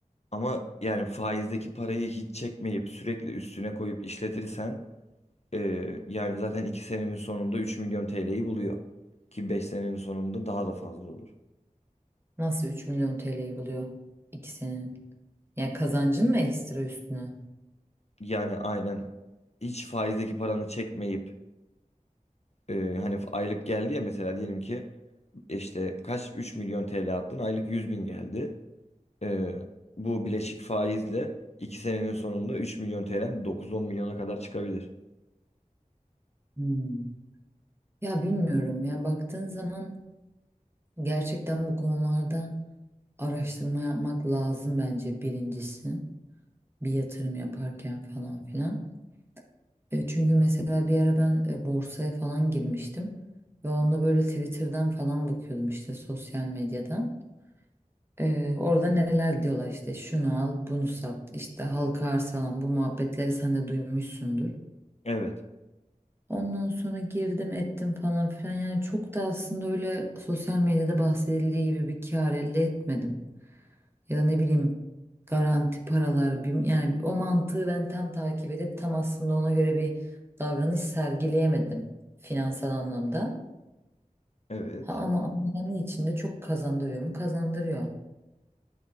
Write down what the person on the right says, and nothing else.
Nasıl 3 milyon TL'yi buluyor ikisinin? Ya kazancın mı ekstra üstüne?
Hmm. Ya bilmiyorum ya baktığın zaman gerçekten bu konularda araştırma yapmak lazım bence birincisi. Bir yatırım yaparken falan filan. E, çünkü mesela bir ara ben e, borsaya falan girmiştim ve onda böyle Twitter'dan falan bakıyordum işte sosyal medyadan. E, orada neler diyorlar işte şunu al, bunu sat, işte halka arz falan bu muhabbetleri sen de duymuşsundur.
Ondan sonra girdim ettim falan filan yani çok da aslında öyle sosyal medyada bahsedildiği gibi bir kar elde etmedim. Ya da ne bileyim garanti paralar bir, yani o mantığı ben tam takip edip tam aslında ona göre bir davranış sergileyemedim finansal anlamda.
Ha ama anlamı içinde çok kazandırıyor mu? Kazandırıyor.